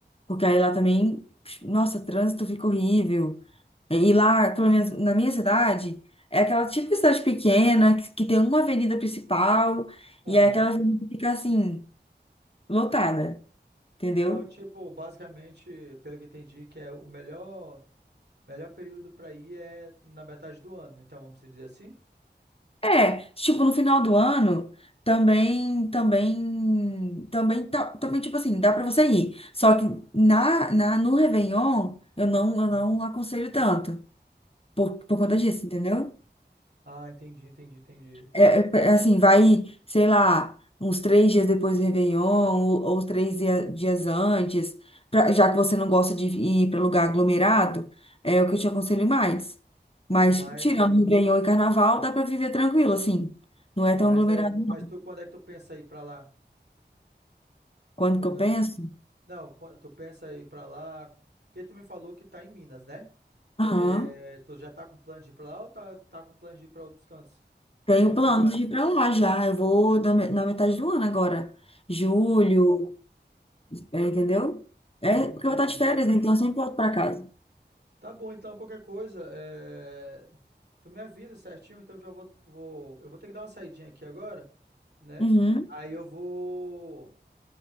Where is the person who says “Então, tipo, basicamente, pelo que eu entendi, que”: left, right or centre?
Right